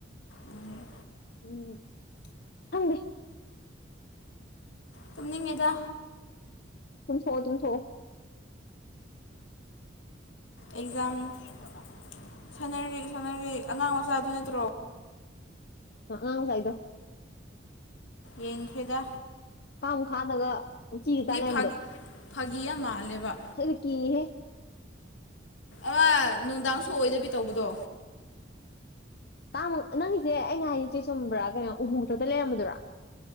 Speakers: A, on the left (about 85°); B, on the left (about 55°).
A: ꯎꯝ
B: ꯎꯝ ꯑꯗ
A: ꯇꯨꯝꯅꯤꯡꯉꯤꯗ
B: ꯊꯝ ꯁꯣ ꯇꯝ ꯁꯣ
A: ꯑꯦꯛꯖꯥꯝꯅꯔꯤ ꯁꯥꯟꯅꯔꯤ ꯑꯉꯥꯡ ꯃꯆꯥꯗꯨ ꯅꯠꯇ꯭ꯔꯣ
B: ꯑꯥ ꯁꯥꯏꯗꯣ
A: ꯌꯦꯡꯈꯦꯗ
B: ꯀꯥꯡ ꯈꯥꯗꯒ ꯎ ꯎꯆꯤꯒ ꯇꯥꯜ ꯂꯩꯔꯝꯕꯗꯣ
A: ꯐꯥꯒꯤ ꯐꯥꯒꯤ ꯌꯥꯝ ꯃꯥꯜꯂꯦꯕ
B: ꯑꯩꯗꯤ ꯀꯤꯍꯦ
A: ꯑ ꯅꯨꯡꯗꯥꯡꯁꯨ ꯑꯣꯏꯗꯕꯤ ꯇꯧꯕꯗꯣ
B: ꯇꯥꯃ ꯅꯪꯒꯤꯁꯦ ꯑꯩꯅ ꯍꯥꯏꯆꯦ ꯆꯨꯝꯕ꯭ꯔꯥ ꯀꯩꯅꯣ ꯎꯕꯨ ꯈ ꯈꯛꯇ ꯂꯩꯔꯝꯕꯗꯨꯔꯥ